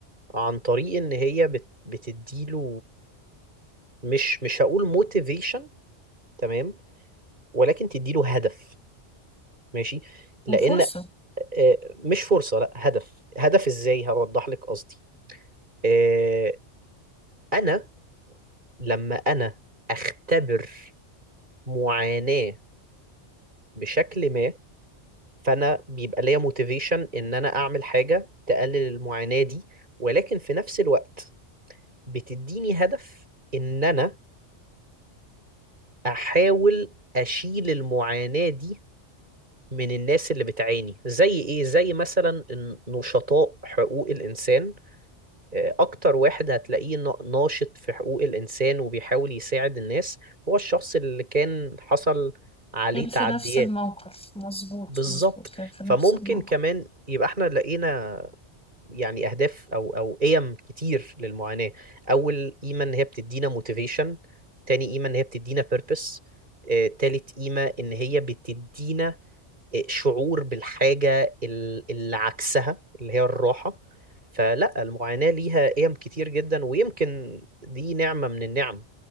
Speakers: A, on the right; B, in the centre.
A: عن طريق إن هي بت بتديله مش مش هقول موتيفيشن تمام ولكن تديله هدف ماشي لان
B: وفرصة
A: آه، مش فرصه لا هدف هدف ازاي هوضح لك قصدي آه، انا لما انا اختبر معاناه بشكل ما فانا بيبقى ليا موتيفيشن ان انا اعمل حاجه تقلل المعاناه دي ولكن في نفس الوقت بتديني هدف ان انا احاول اشيل المعاناه دي من الناس اللي بتعاني زي ايه زي مثلا الن- نشطاء حقوق الانسان آه، اكتر واحد هتلاقيه نا- ناشط في حقوق الانسان وبيحاول يساعد الناس هو الشخص اللي كان حصل عليه
B: كان في
A: تعديات
B: نفس الموقف مظبوط
A: بالظبط
B: مظبوط كان في
A: فممكن
B: نفس الموقف
A: كمان يبقى احنا لقينا يعني اهداف او او قيم كتير للمعاناة اول قيمة ان هي بتدينا موتيفيشن تاني قيمة ان هي بتدينا بيربس تالت قيمة ان هي بتدينا شعور بالحاجة ال- اللي عكسها اللي هي الراحة فلا المعاناة ليها قيم كتير جدا ويمكن دي نعمة من النعم